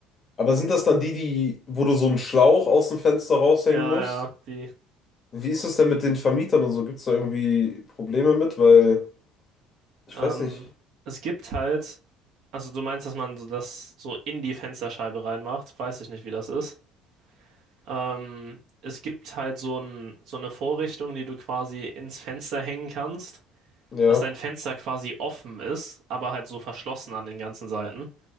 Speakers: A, on the left (about 35°); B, on the right (about 65°).
A: Aber sind das dann die, die, wo du so einen Schlauch aus dem Fenster raushängen
B: Ja,
A: musst?
B: ja, die.
A: Wie ist das denn mit den Vermietern und so? Gibt es da irgendwie Probleme mit? Weil, ich
B: Ähm,
A: weiß nicht.
B: es gibt halt, also du meinst, dass man so das so in die Fensterscheibe reinmacht, weiß ich nicht, wie das ist. Ähm, es gibt halt so ein, so eine Vorrichtung, die du quasi ins Fenster hängen kannst.
A: Ja,
B: dass dein Fenster quasi offen ist, aber halt so verschlossen an den ganzen Seiten.